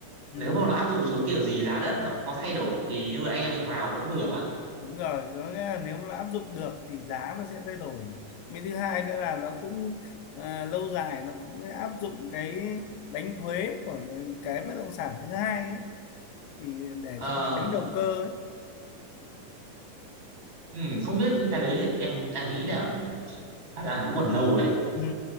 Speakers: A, on the left; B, on the right.
A: ừ.
B: Nếu mà nó áp dụng xuống kiểu gì giá đất nó cũng có thay đổi thì lúc đấy anh em mình vào vẫn vừa. á.
A: đúng rồi có nghĩa là nếu mà nó áp dụng được thì giá nó sẽ thay đổi với thứ hai nữa là nó cũng à, lâu dài nó cũng áp dụng cái đánh thuế của cái bất động sản thứ hai ấy, thì để
B: Ờ,
A: cho tránh đầu cơ ấy
B: ừm, không biết cái đấy thì em em nghĩ là khả năng cũng còn lâu đấy.
A: ừ,